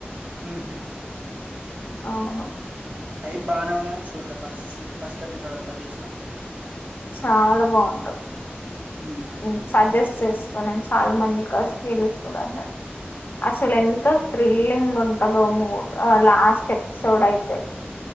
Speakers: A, on the right (about 40°); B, on the left (about 55°).
A: ఊహు
B: అవును
A: అయి బానే ఉన్నాయని చూడలే ఫస్ట్సి ఫస్ట్ ఎపిసోడ్ ఒక్కటే చూసా
B: చాలా బాగుంటది
A: ఉహు
B: ఉ సజెస్ట్ చేస్ కొనైన్ చాలా మంది కలిసి టీవి చూడలండి అస్సలు ఎంతో థ్రిల్లింగ్ ఉంటదో మూడ్ లాస్ట్ ఎపిసోడ్ అయితే